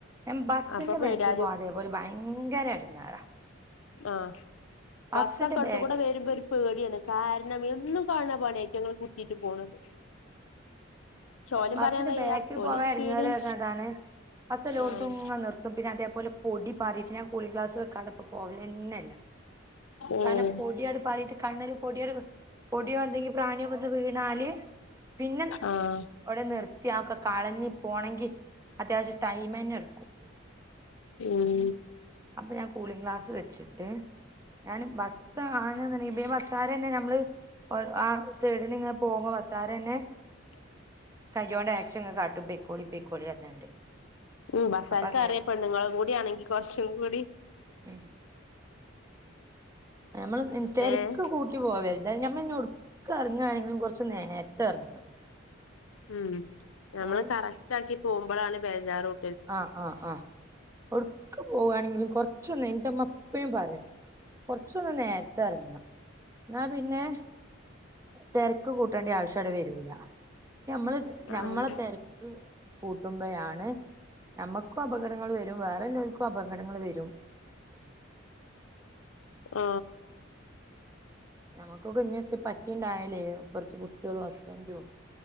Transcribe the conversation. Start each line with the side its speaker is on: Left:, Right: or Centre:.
Right: ഞാൻ ബസ്സിന്റെ
Left: അപ്പൊ പേടി
Right: ബേക്ക് പോകാതെ ഓല് ഭയങ്കര എട് ങ്ങേ റാ
Left: ആബസ്സൊക്കെ
Right: ബസ്സിന്റെ
Left: എടുത്ത്കൂടെ
Right: ബേക്ക്
Left: വരുമ്പോ ഒരു പേടിയാണ് കാരണം എന്നും കാണ് ണപണിയാ ഇതി റ്റങ്ങള് കുത്തീട്ട് പോണത് പക്ഷെ ഓലിം
Right: ബസ്സിന്റെബേക്ക്
Left: പറയാൻ വയ്യ ഓല്
Right: പോവാൻ
Left: സ്പീഡിൽ
Right: ഇടങ്ങേറ് റഞ്ഞാതാണ് ബസ്സ് എല്ലോട്തും
Left: ആഹ്
Right: ങ്ങനിർത്തും പിന്നെ അതേപോലെ പൊടി <unintelligible> കൂളി ഗ്ലാസ് വെക്കാതെ ഇപ്പം പോവലെ ന്നെ ഇല്ല
Left: ഉം
Right: കാരണം പൊടി യങ്ങാട്ട് പാറീട്ട് കണ്ണ് ല് പൊടിയ പൊടിയോ എന്തെങ്ക പ്രാണിയോ വ വീണാല് പിന്നെവിട
Left: ആഹ്
Right: കൃത്യൊക്കെ കളഞ്ഞി പോണമെങ്കിൽ അത്യാവശ്യം ടൈമ തന്നെ എടുക്കും
Left: ഉം
Right: അപ്പൊ ഞാൻ കൂളിംഗ ഗ്ലാസ് വെച്ചിട്ട് ഞാന് ബസ് ആണ് ഇ ബസ്സാര തന്നെ നമ്മള് ആ സൈഡിന ഇങ്ങനെ പോവുമ്പോ ബസാരന്നേ
Left: <inaudible>
Right: കോണ്ട് ആക്ഷങ് കാട്ടും പെയക്കോളി പേക്കോളി പറഞ്ഞാണ്ട്
Left: ഉം ബസർക്ക്
Right: അപ്പൊ അങ്ങനെ
Left: അറിയപ്പ നിങ്ങളും കൂടി ആണെങ്കി കൊറച്ചും കൂടി
Right: ഉം ഞമ്മള് തിരക്ക്
Left: ഏഹ്
Right: കൂട്ടി പോവരുതായത് നമ്മൾ ഇന്നെ ഒടുക്ക ഇറങ്ങായാണെങ്കിലും കുറച്ച് നേരത്തെ ഇറങ്ങും
Left: ഉം നമ്മള്
Right: ഏഹ്
Left: കറക്റ്റ് ആക്കി പോകുമ്പോഴാണ് ബേജാറും
Right: ആഹ് ആഹ് ആഹ് എവിടക്ക പോകവാണെങ്കിലും കൊറച്ചൊന്ന് എന്റെ അമ്മ എപ്പയും പറയും കൊറച്ചൊന്ന് നേരത്തെ ഇറങ്ങാ എന്നാ പിന്നെ തിരക്ക് കൂട്ടേണ്ടി ആവശ്യവിടെ വരൂല്ല ഞമ്മള്
Left: ആഹ്
Right: ഞമ്മളെ തിരക്ക് കൂട്ടുമ്പയാണ് നമ്മുക്കും അപകടങ്ങൾ വരും വേറെല്ലാവർക്കും അപകടങ്ങൾ വരും
Left: ആ
Right: നമ്മക്കൊ കുഞ്ഞ പറ്റിണ്ടായല്ലേ ഇപ്പറത്തെ കുട്ടികളും ഹസ്ബൻറും